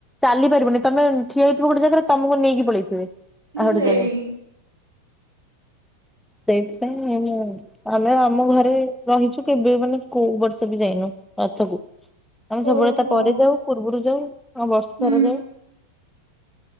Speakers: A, in the centre; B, on the right (about 65°).
A: ଚାଲି ପାରିବନି ତମେ ଠିଆ ହେଇଥିବ ଗୋଟେ ଜାଗାରେ ତମକୁ ନେଇକି ପଳେଇଥିବେ। ଆଉ ଗୋଟେ
B: ସେଇ
A: ଜାଗାରେ। ସେଇଥିପାଇଁ ମୁଁ ଆମେ ଆମ ଘରେ ରହିଛୁ କେବେ ମାନେ କୋଉ ବର୍ଷ ବି ଯାଇନୁ ରଥକୁ। ଆମେ ସବୁବେଳେ
B: ଓହୋ
A: ତା ପରେ ଯାଉ। ପୂର୍ବରୁ ଯାଉ। ଆଉ ବର୍ଷ
B: ହୁଁ
A: ସାରା ଯାଉ।